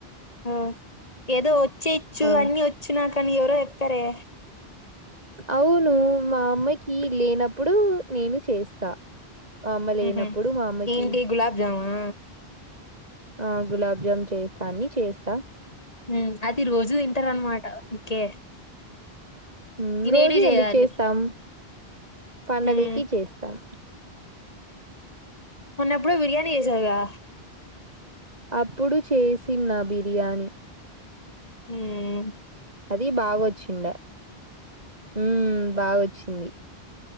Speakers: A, on the left (about 35°); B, on the right (about 40°).
A: ఆ ఏదో వచ్చేచ్చు.
B: ఆ
A: అన్ని వచ్చు నాక్ కానీ ఎవరో ఎప్పారే.
B: అవును మా అమ్మకి లేనప్పుడు నేను చేస్తా. మా అమ్మ లేనప్పుడు
A: ఉహ్ హు
B: మా అమ్మకి
A: ఏంటి గులాబ్జామా.
B: ఆ గులాబ్జామ్ చేస్తా అన్ని చేస్తా.
A: హ్మ్ అది రోజు తింటారు అన్నమాట. ఓకే
B: ఉమ్
A: తినేటివి
B: రోజూ
A: చేయాలి
B: ఎందుకు చేస్తాం. పండగల్
A: ఉమ్
B: కి చేస్తాం.
A: మొన్న ఎప్పుడో బిర్యానీ చేసావ్ గా
B: అప్పుడు చేసిన బిర్యానీ
A: హ్మ్
B: అది బాగొచ్చిండ హ్మ్ బాగొచ్చింది.